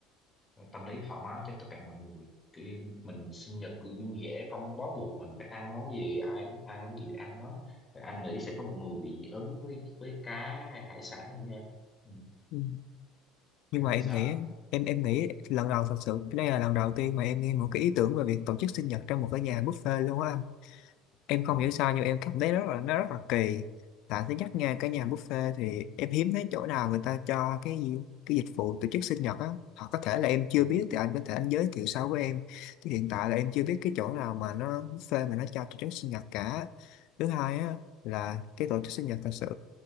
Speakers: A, on the left (about 25°); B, on the left (about 55°).
A: ờ, tâm lý thoải mái cho tất cả mọi người kiểu như mình sinh nhật cứ vui vẻ không bó buộc mình phải ăn món gì ai thích ăn gì thì ăn đó Và anh nghĩ sẽ có một người bị dị ứng với với cá hay hải sản gì em ừ.
B: ừ. Nhưng
A: em
B: mà
A: thấy
B: em
A: sao
B: nghĩ em em nghĩ lần đầu thật sự cái đây là lần đầu tiên mà em nghe một cái ý tưởng về việc tổ chức sinh nhật trong một cái nhà buffet luôn á em không
A: ừ.
B: hiểu sao nhưng em cảm thấy rất là nó rất là kỳ tại thứ nhất nha cái nhà buffet thì em hiếm thấy chỗ nào người ta cho cái gì- cái dịch vụ tổ chức sinh nhật á hoặc có thể là em chưa
A: Ừ.
B: biết thì anh có thể anh giới thiệu sau với em chứ hiện tại là em chưa biết cái chỗ nào mà nó buffet mà nó cho tổ chức sinh nhật cả thứ hai á là cái tổ chức sinh nhật thật sự